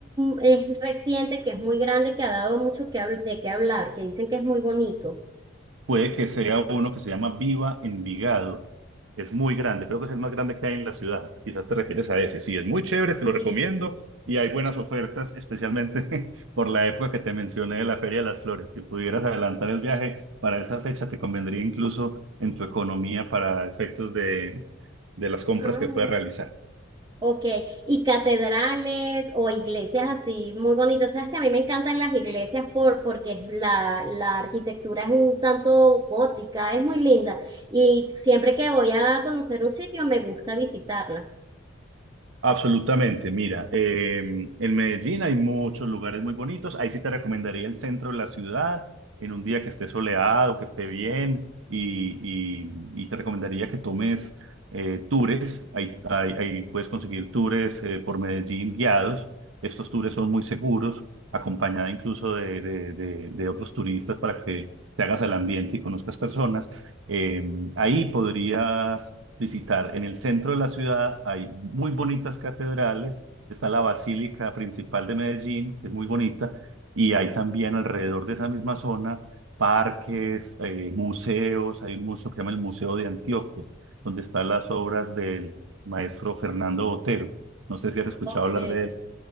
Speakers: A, on the right; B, on the right.
A: un- es reciente, que es muy grande, que ha dado mucho que, habl- de qué hablar, que dicen que es muy bonito.
B: Puede que sea uno que se llama Viva Envigado. Es muy grande, creo que es el más grande que hay en la ciudad. Quizás te refieres a ese. Sí, es muy chévere, te lo
A: Sí.
B: recomiendo. Y hay buenas ofertas, especialmente <laughs> por la época que te mencioné de la Feria de las Flores. Si pudieras adelantar el viaje para esa fecha, te convendría incluso en tu economía para efectos de, de las compras
A: Ah.
B: que puedas realizar.
A: Ok, y catedrales o iglesias así muy bonitas. Sabes que a mí me encantan las iglesias por, porque es la, la arquitectura es un tanto gótica, es muy linda. Y siempre que voy a conocer un sitio me gusta visitarlas.
B: Absolutamente, mira, eh, en Medellín hay muchos lugares muy bonitos, ahí sí te recomendaría el centro de la ciudad, en un día que esté soleado, que esté bien, y, y- y te recomendaría que tomes eh, tours, ahí, ahí- ahí puedes conseguir tours eh, por Medellín guiados, estos tours son muy seguros, acompañada incluso de, de de- de otros turistas para que te hagas al ambiente y conozcas personas. Eh, ahí podrías visitar, en el centro de la ciudad hay muy bonitas catedrales, está la Basílica Principal de Medellín, que es muy bonita, y hay también alrededor de esa misma zona parques, eh, museos, hay un museo que se llama el Museo de Antioquia, donde están las obras del maestro Fernando Botero. No sé si has escuchado
A: Ok,
B: hablar de él.